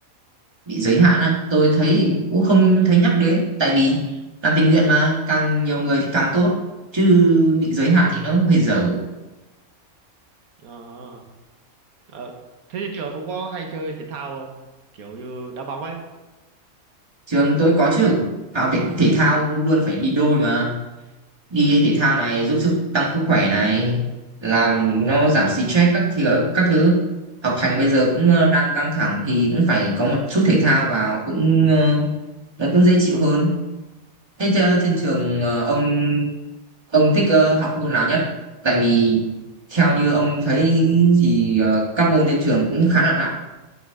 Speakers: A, on the right; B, on the right.
A: bị giới hạn á tôi thấy thì cũng không thấy nhắc đến tại vì làm tình nguyện mà càng nhiều người thì càng tốt chứ bị giới hạn thì nó hơi dở
B: Ờ, ờ, thế thì trường ông có hay chơi thể thao không? Kiểu như đá bóng ấy.
A: trường tôi có chứ học thể, thể thao luôn phải đi đôi mà đi thể thao này giúp sức tăng sức khỏe này làm nó giảm stress các thứ các thứ học hành bây giờ cũng ờ, đang căng thẳng thì cũng phải có một chút thể thao vào cũng ờ, nó cũng dễ chịu hơn Thế chơ- trên trường ờ, ông ông thích ờ, học môn nào nhất? Tại vì theo như ông thấy thì ờ, các môn trên trường cũng khá là nặng,